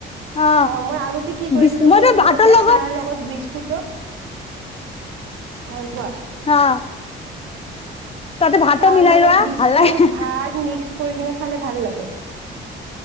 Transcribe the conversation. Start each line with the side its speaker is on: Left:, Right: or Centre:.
Left: অ
Right: মই আগতে কি কৰিছিলো
Left: বিচ মই
Right: সৰু
Left: ত
Right: থাকোতে
Left: ভাতৰ লগত
Right: চাহৰ বিস্কুটো হয় কোৱা
Left: অ তাতে ভাতো
Right: চাহৰ
Left: মিলাই
Right: লগত
Left: লোৱা
Right: বিস্কুট
Left: ভাল লাগে
Right: ভাত মিক্স কৰি কিনে খালে ভাল লাগে